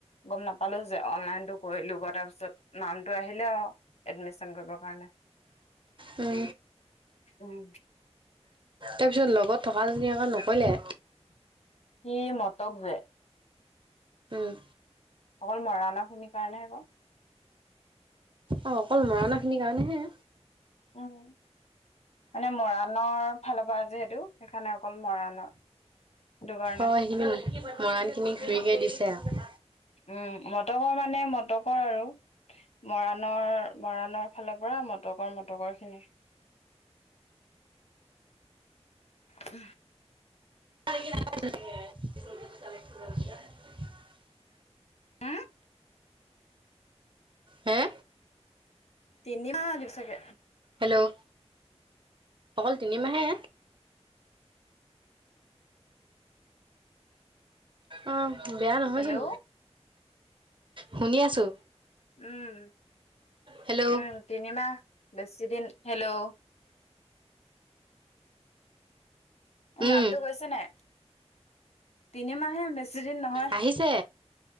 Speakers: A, on the left; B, on the right.
A: গম নাপালো যে অনলাইনতটো কৰিলো তাৰপিছত নামটো আহিলে আৰু এডমিশন কৰিব কাৰণে কালে
B: উম
A: উম
B: তাৰপিছত লগত থকাজনীে নক'লে
A: স মতক যে
B: উম
A: অকল মৰাণা খিনিৰ কাৰণে আকৌ
B: অ অকল মৰাণা খিনিৰ কাৰণেহে
A: উম মানে মৰাণৰ ফালৰ পৰা যিহেতটো সেইকাৰণে অকল মৰাণৰ সেইটো কাৰণে
B: অ সেইখিনি মৰাণ খিনি
A: উম
B: ঘুৰিকে দিছে আৰু
A: উম মটকৰ মানে মটকৰ আৰু মৰাণৰ মৰাণৰ ফালৰ পৰা মটকৰ মটকৰ খিনি হ
B: <inaudible>
A: উম,
B: হে
A: তিনি দিসকে
B: হেল্ল' অকল তিনিমাহে অ বেয়া নহয়চোন
A: হেল্ল'
B: শুনি আছো
A: উম
B: হেল্ল'
A: উম তিনিমাহ বেছি দিন হেল্ল' উ
B: উম
A: মাতো গৈছে নাই তিনিমাহে বেছি দিন নহয়।
B: আহিছে